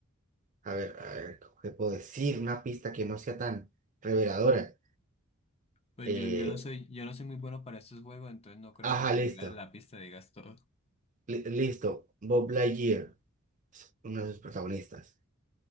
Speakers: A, on the right; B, on the left.
A: A ver, a ver, ¿qué puedo decir? Una pista que no sea tan reveladora.
B: Pues
A: Eh,
B: yo, yo no soy, yo no soy muy bueno para estos juegos, entonces no creo
A: ajá,
B: que te
A: listo,
B: digan la pista, digas todo.
A: li- listo, Bob Lightyear, es uno de sus protagonistas.